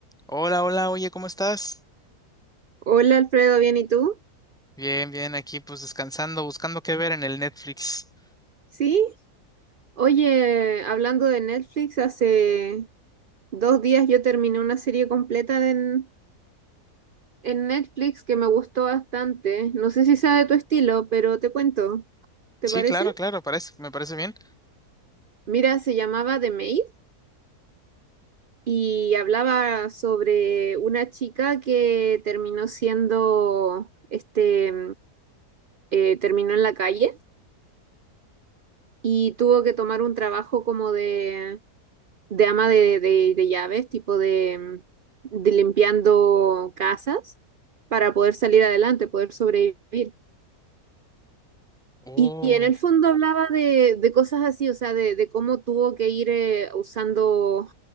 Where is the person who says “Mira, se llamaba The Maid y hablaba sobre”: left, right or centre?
Right